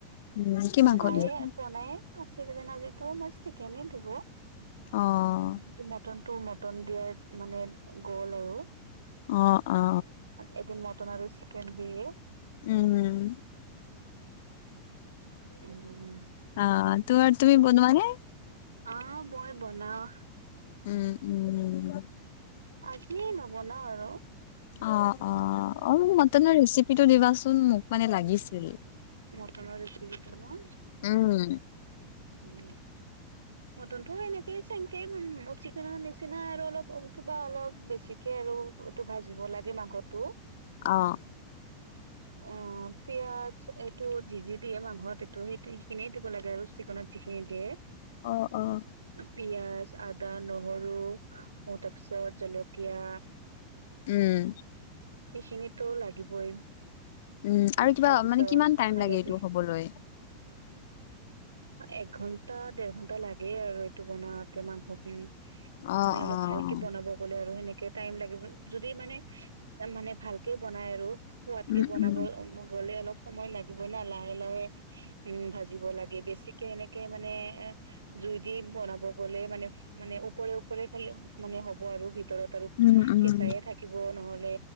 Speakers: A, on the left; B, on the right.
A: উম, কি
B: বনায়
A: মাংস দিয়ে?
B: বনায় আছে কিজানি আজিতো আমাৰ চিকেনে দিব উ
A: অ',
B: মটন তোৰ মটন দিয়াৰ মানে গ'ল আৰু
A: অ অ অ
B: এদিন মটন আৰু চিকেন দিয়ে
A: উম,
B: উম
A: অ তোমাৰ তুমি বনোৱা নে
B: অ মই বনাও
A: উম উম উম
B: আজিয়ে নবনাও আৰু
A: অ অ অ মতেনৰ ৰেচিপিটো দিবাচোন মোক মানে লাগিছিল
B: মটনৰ ৰেচিপিটো ন
A: উম
B: উম মটনতটো এনেকেই চ এনকে উ চিকেনৰ নিচিনাাই আৰু অলপ কিবা অলপ বেছিকে আৰু এইটো ভাজিব লাগে মাংসতটো
A: অঁ
B: অ পিয়াঁজ এইটো যি যি দিয়ে মাংসত এইটো সেই সেইখিনি দিব লাগে আৰু ত যিখিনি দিয়ে
A: আহ অ
B: পিয়াজ, আদা নহৰু উ তাৰপিছত জলকীয়া
A: উম
B: এইখিনিতো লাগিবই
A: উম,
B: উ
A: আৰু কিবা
B: তাৰপিছত
A: মানে কিমান টাইম
B: হালধি
A: লাগে এইটো হ'বলৈ?
B: এক ঘন্টা দেৰ ঘন্টা লাগে আৰু এইটো বনাওতে মাংসখিনি
A: অ',
B: মানে অলপ
A: অ',
B: ভালকে বনাব গলে আৰু সেনেকে টাইম লাগিব যদি মানে মানে ভালকে বনাই আৰু সোৱাদকে
A: উম,
B: বনাব
A: উম,
B: গলে অলপ সময় লাগিব হয় না লাহে লাহে উম ভাজিব লাগে বেছিক এনেকে মানে এ জুই দি বনাব গ'লে মানে মানে ওপৰে ওপৰে খালি মানে হব আৰু ভিতৰত আৰু
A: উম, উম,
B: কেঁচাই থাকিব নহলে